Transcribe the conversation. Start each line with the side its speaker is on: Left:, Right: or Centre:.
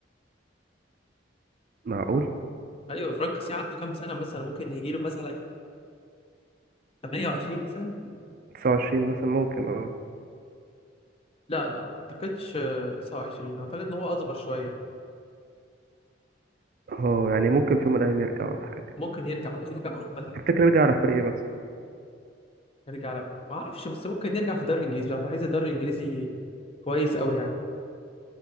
Right: معقول
Left: ايوه فرانك كيسي عنده كام سنه مثلا ممكن يجي له مثلا 28 مثلا
Right: 29 مثلا ممكن اه
Left: لا لا ما اعتقدش آه، 29 اعتقد ان هو اصغر شويه
Right: اه يعني ممكن في يوم من الايام يرجع ولا حاجه
Left: ممكن يرجع ممكن يرجع اوروبا
Right: تفتكر يرجع على فريق ايه مثلا
Left: يرجع لا ما اعرفش بس ممكن يرجع في الدوري الانجليزي بصراحه بحس الدوري الانجليزي كويس قوي يعني